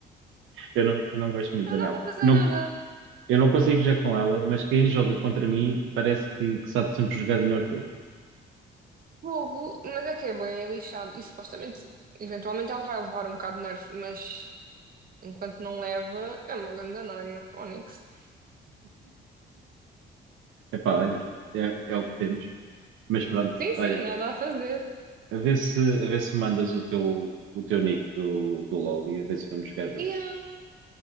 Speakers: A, on the right (about 80°); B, on the right (about 45°).
A: eu não, eu não gosto muito
B: Não
A: da
B: dá
A: Mel.
B: para fazer
A: Não,
B: nada.
A: eu não consigo jogar com ela, mas quem joga contra mim parece que, que sabe sempre jogar melhor que eu.
B: Fogo. Mas é que é bem lixado. E supostamente, eventualmente ela vai levar um bocado de nerf, mas enquanto não leva, é uma grande noia. Fónix.
A: Epá, olha, é, é o que temos, mas pronto,
B: Sim, sim,
A: olha,
B: nada a fazer.
A: a ver se, a ver se me mandas o teu, o teu nick do, do LoL e a ver se vamos jogar juntos.
B: E ah,